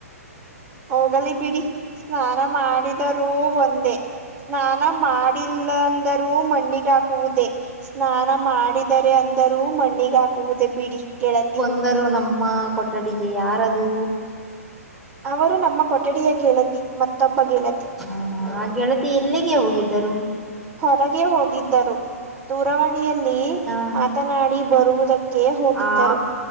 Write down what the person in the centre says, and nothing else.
ಅಂದರೂ ನಮ್ಮ ಕೊಠಡಿಗೆ ಯಾರದೂ
ಹ ಆ ಗೆಳತಿ ಎಲ್ಲಿಗೆ
ಹೋಗಿದ್ದರು
ಹ
ಆ